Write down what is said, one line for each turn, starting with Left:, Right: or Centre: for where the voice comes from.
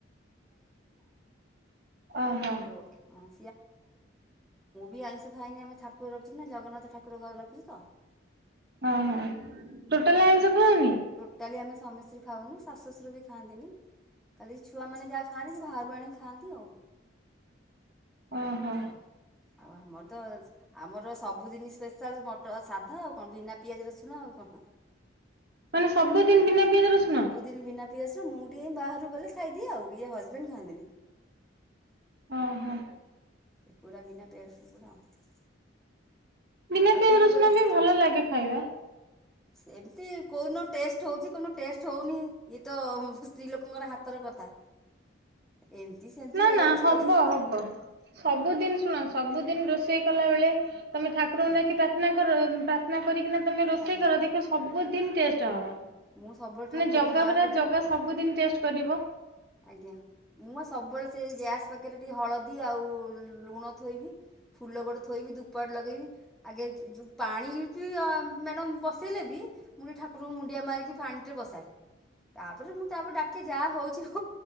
Right: ଓହୋ।
Centre: ହାଲୋ? ଯେ ମୁଁ ବି ଆଇଁଷ ଖାଏନି। ଆମେ ଠାକୁର ରଖିଛୁ ନା ଜଗନ୍ନାଥ ଠାକୁର ଘରେ ରଖିଛୁ ତ।
Right: ଓହୋ। ଟୋଟାଲ ଆଇଁଷ ଖାଅନି?
Centre: ଖାଲି ଆମେ ସ୍ୱାମୀ ସ୍ତ୍ରୀ ଖାଉନୁ, ଶାଶୁ ଶଶୁର ବି ଖାଆନ୍ତିିନି। ଖାଲି ଛୁଆମାନେ ଯାହା ଖାଆନ୍ତି। ସେ ବାହାରୁ ଆଣିକି ଖାଆନ୍ତି ଆଉ,
Right: ଓହୋ
Centre: ଏମିତି ଆଉ। ଆଉ ଆମର ତ ଆମର ସବୁ ଦିନି ସ୍ପେସାଲ୍। <unintelligible> ସାଧା ଆଉ କଣ ବିନା ପିଆଜ ରସୁଣ ଆଉ କଣ?
Right: ମାନେ ସବୁଦିନ ବିନା ପିଆଜ ରସୁଣ?
Centre: ଦିନ୍ ବିନା ପିଆଜ ରସୁଣ, ମୁଁ ଟିକେ ବାହାରୁକୁ ଗଲେ ଖାଇଦିଏ ଆଉ। ଇଏ ହଜବେଣ୍ଡ ଖାଆନ୍ତିିନି।
Right: ଓହୋ।
Centre: ସେ ପୁରା ବିନା ପିଆଜ, ରସୁଣ ପୁରା ଆଉ।
Right: ବିନା
Centre: ଆଉ
Right: ପିଆଜ,
Centre: ପୁରୀ
Right: ରସୁଣ
Centre: ଗଲେ
Right: ବି ଭଲ ଲାଗେ ଖାଇବା।
Centre: ସେମିତି କୋଉ ଦିନ ଟେଷ୍ଟ ହୋଉଛି, କୋଉ ଦିନ ଟେଷ୍ଟ ହୋଉନି। ଇଏ ତ <unintelligible> ସ୍ତ୍ରୀ ଲୋକଙ୍କର ହାତର କଥା। ଏମିତି ସେମିତି
Right: ନା,
Centre: ହେଇଯାଉଛି
Right: ନା, ହବ,
Centre: ଆଉ।
Right: ହବ। ସବୁ ଦିନ୍, ଶୁଣ ସବୁ ଦିନ୍ ରୋଷେଇ କଲା ବେଳେ ତମେ ଠାକୁରଙ୍କୁ
Centre: ଆଜ୍ଞା।
Right: ଡାକିକି ପ୍ରାର୍ଥନା କର? ପ୍ରାର୍ଥନା କରି କିନା ତମେ ରୋଷେଇ
Centre: ଆଜ୍ଞା
Right: କର, ଦେଖିବ ସବୁ ଦିନ୍ ଟେଷ୍ଟ ହବ। ମାନେ
Centre: ମୁଁ ସବୁବେଳେ ଠାକୁରଙ୍କ
Right: ଜଗା
Centre: ମାଆଙ୍କୁ
Right: ପରା,
Centre: ଡା
Right: ଜଗା
Centre: ଆଜ୍ଞା।
Right: ସବୁ ଦିନ୍ ଟେଷ୍ଟ କରିବ।
Centre: ଆଜ୍ଞା। ମୁଁ ପା ସବୁବେଳେ ସେଇ ଗ୍ୟାସ୍ ପାଖରେ ଟିକେ ହଳଦୀ ଆଉ ଲୁଣ ଥୋଇବି ଫୁଲ ଗୋଟେ ଥୋଇବି, ଧୂପ କାଠି ଲଗେଇବି, ଆଗେ ଯୋଉ ପାଣି ବି ଆଉ ମ୍ୟାଡ଼ାମ୍ ବସେଇଲେ ବି, ମୁଁ ତ ଠା କୁରଙ୍କୁ ମୁଣ୍ଡିଆ ମାରିକି, ପାଣି ଟିକେ ବସାଏ। ତାପରେ ମୁଁ ତାପରେ ଡାକି ଯାହା ହୋଉଛି ହୋଉ।